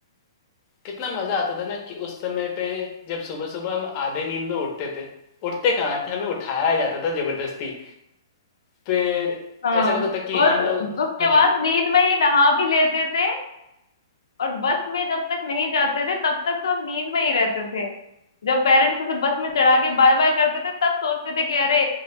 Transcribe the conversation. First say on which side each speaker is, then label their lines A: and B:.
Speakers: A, on the left; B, on the left.
A: कितना मज़ा आता था ना कि उस समय पे जब सुबह सुबह हम आधे नींद में उठते थे उठते कहाँ थे हमें उठाया जाता था जबरदस्ती फिर
B: हाँ
A: ऐसा लगता था कि हम
B: और
A: लोग
B: उसके
A: <laughs>
B: बाद नींद में ही नहा भी लेते थे और बस में जब तक नहीं जाते थे तब तक तो हम नींद में ही रहते थे जब पेरेंट्स उसे बस में चढ़ा के बाय बाय करते थे तब सोचते थे कि अरे